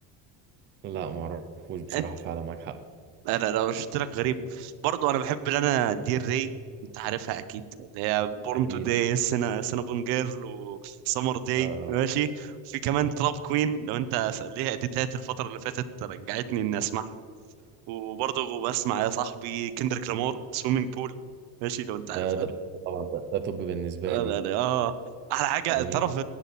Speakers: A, on the right; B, on the right.
A: لا ما اعرفوش بصراحة
B: انت
A: فعلا معاك حق
B: انا لو شفت لك غريب برضو انا بحب انا دير ري انت عارفها اكيد اللي هي بورن
A: اكيد
B: تو داي سنا سنابون جيرل وسمر داي
A: آه
B: ماشي في كمان تراب كوين لو انت ليها اديتات الفتره اللي فاتت رجعتني اني اسمعها وبرضه بسمع يا صاحبي كندريك لامار سويمنج بول ماشي لو انت عارفها
A: ده ده طبعا ده, ده طب بالنسبة
B: اه
A: لي
B: ده- اه احلى حاجه
A: اغاني
B: تعرف